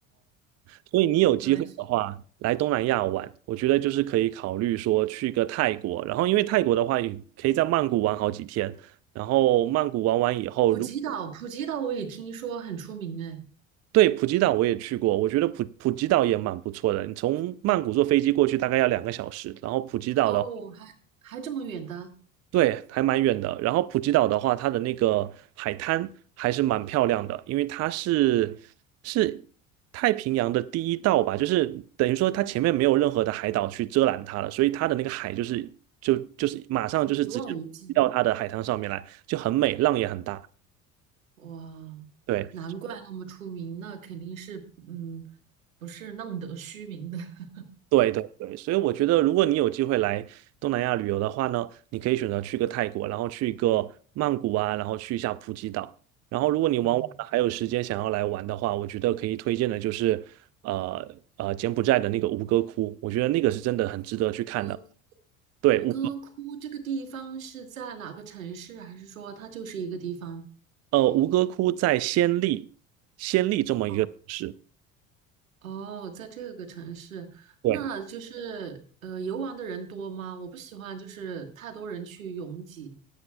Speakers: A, on the right; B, on the right.
A: 所以你有机会的话，
B: <laughs> 可能是
A: 来东南亚玩，我觉得就是可以考虑说去个泰国，然后因为泰国的话，也可以在曼谷玩好几天，然后曼谷玩完以后，
B: 普吉岛，
A: 如果
B: 普吉岛我也听说很出名哎，
A: 对普吉岛我也去过，我觉得普普吉岛也蛮不错的，你从曼谷坐飞机过去大概要两个小时，然后普吉岛的
B: 哦，还还这么远的，
A: 对，还蛮远的。然后普吉岛的话，它的那个海滩还是蛮漂亮的，因为它是是太平洋的第一道吧，就是等于说它前面没有任何的海岛去遮拦它了，所以它的那个海就是就就是马上就是直接滴到它的海滩上面来，
B: 一望无际，
A: 就很美，浪也很大。
B: 哇，
A: 对。
B: 难怪那么出名，那肯定是嗯，不是浪得虚名的，<laughs>
A: 对对对，所以我觉得，如果你有机会来东南亚旅游的话呢，你可以选择去个泰国，然后去一个曼谷啊，然后去一下普吉岛。然后，如果你玩完了还有时间想要来玩的话，
B: 嗯，
A: 我觉得可以推荐的就是，呃呃，柬埔寨的那个吴哥窟，我觉得那个是真的很值得去看的。
B: 哥，
A: 对，
B: 吴哥窟这个地方是在哪个城市，
A: 吴
B: 还是说它就是一个地方？
A: 呃吴哥窟在暹粒，暹粒这么一个城市。
B: 哦。哦，在这个城市，
A: 对。
B: 那就是呃，游玩的人多吗？我不喜欢就是太多人去拥挤。